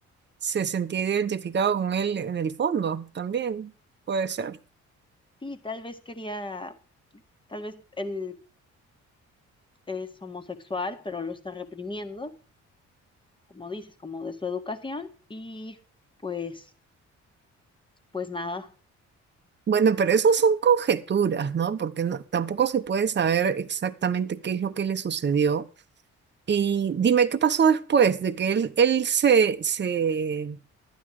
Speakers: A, on the right; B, on the left.
A: se sentía identificado con él en el fondo, también puede ser.
B: Sí, tal vez quería, tal vez él es homosexual, pero lo está reprimiendo, como dices, como de su educación, y pues, pues nada.
A: Bueno, pero eso son conjeturas, ¿no? Porque no- tampoco se puede saber exactamente qué es lo que le sucedió. Y dime, ¿qué pasó después de que él, él se, se,